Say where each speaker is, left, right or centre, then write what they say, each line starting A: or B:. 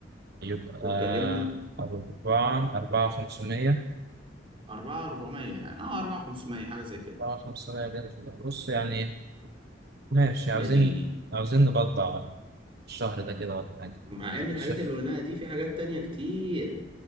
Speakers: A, on the right; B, on the right.
A: يبقى
B: واتكلمنا
A: 4 4 500
B: أربعة أربعمية يعني أه أربعة خمسمية حاجة زي كده
A: 4 500 كده بص يعني ماشي
B: يا
A: عاوزين
B: ديني
A: عاوزين نبضع الشهر ده كده ولا حاجه
B: مع إن الحاجات
A: شوف
B: اللي قلناها دي في حاجات تانية كتير